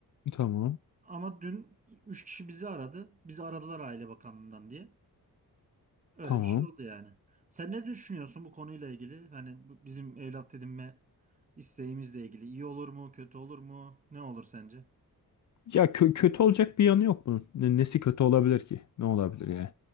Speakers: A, on the left; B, on the right.
A: Tamam.
B: Ama dün 3 kişi bizi aradı. Bizi aradılar Aile Bakanlığı'ndan diye. Öyle
A: Tamam.
B: bir şey oldu yani. Sen ne düşünüyorsun bu konuyla ilgili? Hani bu bizim evlat edinme isteğimizle ilgili. iyi olur mu, kötü olur mu? Ne olur sence?
A: Ya kö- kötü olacak bir yanı yok bunun. Ne- nesi kötü olabilir ki? Ne olabilir yani?